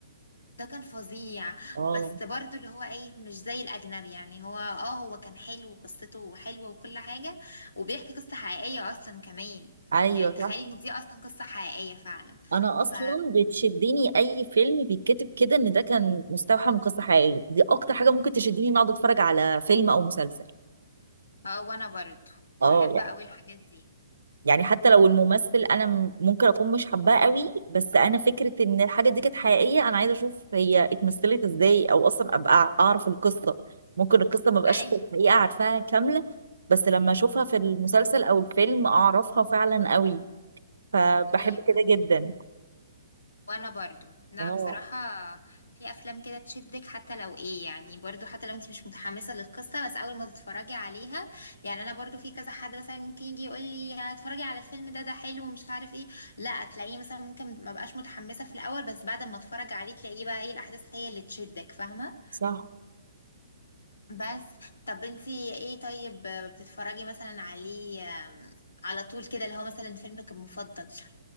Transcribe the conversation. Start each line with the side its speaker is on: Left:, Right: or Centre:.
Left: ده كان فظيع
Right: اه
Left: بس برضو اللي هو ايه مش زي الاجنبي يعني هو اه هو كان حلو وقصته حلوة وكل حاجة وبيحكي قصة حقيقية اصلا كمان
Right: أيوه
Left: يعني تخيلي
Right: صح
Left: ان دي اصلا قصة حقيقية فعلا
Right: أنا
Left: ف
Right: أصلا بتشدني أي فيلم بيتكتب كده إن ده كان مستوحى من قصة حقيقية دي أكتر حاجة ممكن تشدني إن أقعد أتفرج على فيلم أو مسلسل
Left: اه وانا برضو
Right: اه
Left: بحب قوي الحاجات دي
Right: يعني حتى لو الممثل انا م- ممكن اكون مش حباه قوي بس انا فكره ان الحاجه دي كانت حقيقيه انا عايزه اشوف هي اتمثلت ازاي او اصلا ابقى اعرف القصه ممكن القصه ما بقاش
Left: ايوه
Right: في الحقيقه عارفاها كامله بس لما اشوفها في المسلسل او الفيلم اعرفها فعلا قوي فبحب
Left: ايوه
Right: كده جدا
Left: وانا برضو لا
Right: اه
Left: بصراحة في افلام كده تشدك حتى لو ايه يعني برضو حتى لو انت مش متحمسة للقصة بس اول ما تتفرجي عليها يعني انا برضو في كذا حد مثلا ممكن يجي يقول لي اتفرجي على الفيلم ده ده حلو ومش عارف ايه لا تلاقيه مثلا ممكن ما بقاش متحمسة في الاول بس بعد ما اتفرج عليه تلاقيه بقى ايه الاحداث هي اللي تشدك فاهمة
Right: صح
Left: بس طب انت ايه طيب بتتفرجي مثلا عليه آم، على طول كده اللي هو مثلا فيلمك المفضل